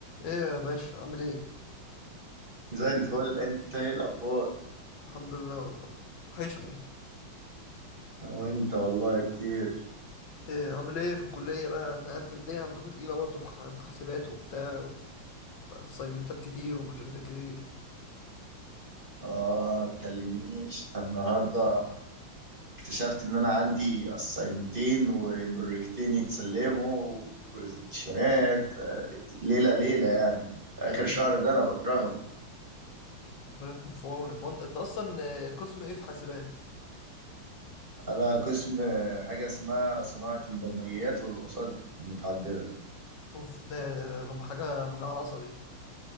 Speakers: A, on the left (about 65°); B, on the right (about 30°).
A: ايه يا باشا عامل ايه
B: زي الفل انت ايه الاخبار
A: الحمد لله والله وحشني
B: وانت والله كتير
A: ايه عامل ايه في الكلية بقى انا عارف الدنيا عندكم تقيلة برضه في ح- في حاسبات وبتاع واسايمنتات كتير وبروجكتات كتير
B: اه تكلمنيش النهارده اكتشفت ان انا عندي اسايمتين وبروجكتين يتسلموا وبرزنتيشنات آه، ليله ليله يعني
A: يعني
B: اخر شهر ده انا بكرهه
A: ربنا يكون في عونك هو انت انت اصلا آه، قسم ايه في حاسبات
B: انا قسم آه، حاجه اسمها صناعه البرمجيات والوسائط المتعدده
A: اوف ده ده- ده- ده حاجة مجعلصة دي